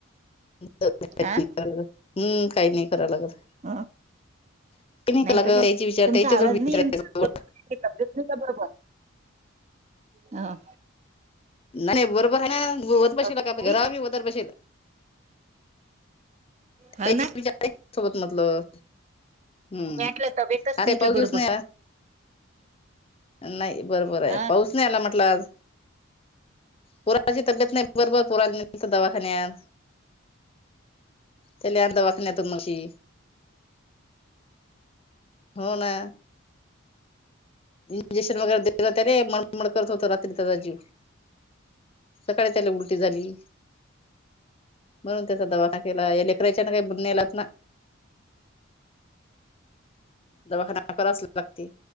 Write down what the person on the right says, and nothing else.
आ
अं,
नाही
तर
काय?
तुमचा
आवाज
नाही येऊन तब्येत नाही का बरोबर हा.
अजून काही?
हा
ना
मीटलं तवेतच
नाही
का
बरोबर.
हा